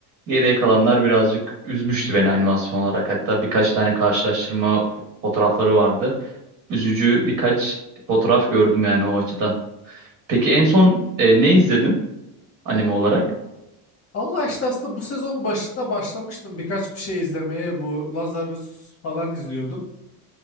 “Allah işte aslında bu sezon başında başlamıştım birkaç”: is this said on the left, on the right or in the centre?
Left